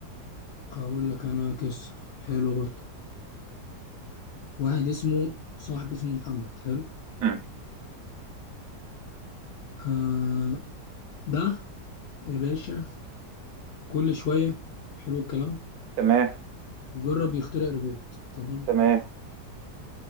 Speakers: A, on the left; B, on the right.
A: هقول لك أنا قصة حلوة برضو واحد اسمه صاحب اسمه محمد حلو
B: مم.
A: آه ده يا باشا كل شوية حلو الكلام
B: تمام
A: جرب يخترع روبوت تمام
B: تمام